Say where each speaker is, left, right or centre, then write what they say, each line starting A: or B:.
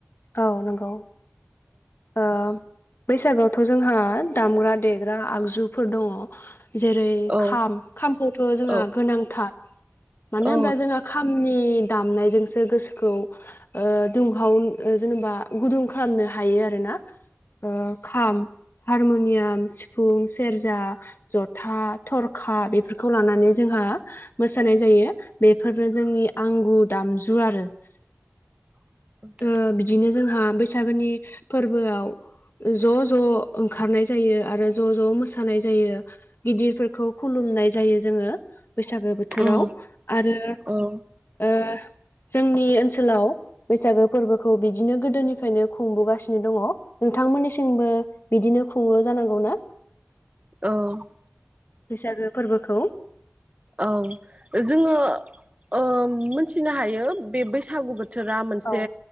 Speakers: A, on the left (about 55°); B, on the right (about 30°).
A: औ नंगौ ओ बैसागुआवथ जोंहा दामग्रा देग्रा आगजुफोर दंङ । जेरै
B: औ
A: खाम खामखौथ जोंहा
B: औ
A: गोनांथार मानो
B: औ
A: होनबा जोंहा खाम नि दामनायजोंसो गोसोखौ ओ दुंहाव ओ जेनेबा गुदुं खालामनो हायो आरोना। ओ खाम हारमुनियाम सिफुं सेरजा जथा थरखा बेफोरखौ लानानै जोंहा मोसानाय जायो । बेफोरनो जोंनि आंगु दामजु । जु आरो ।
B: <inaudible>
A: ओ बिदिनो जोंहा बैसागोनि फोरबोआव ज ज ओंखारनाय जायो आरो ज' ज' मोसानाय जायो गिदिरफोरखौ खुलुमनाय जायो जोंङो। बैसागो बोथोराव
B: औ
A: आरो
B: औ
A: ओ जोंनि ओनसोलाव बैसागोफ फोरबोखौ बिदिनो गोदोनिफ्रायनो खुंबोगासिनो दंङ नोंथांमोननिसिंबो बिदिनो खुंङो जानांगौ ना?
B: औ
A: बैसागो फोरबोखौ
B: औ जोंङो ओ मोनथिनो हायो बे बैसागु बोथ थोरा मोनसे
A: औ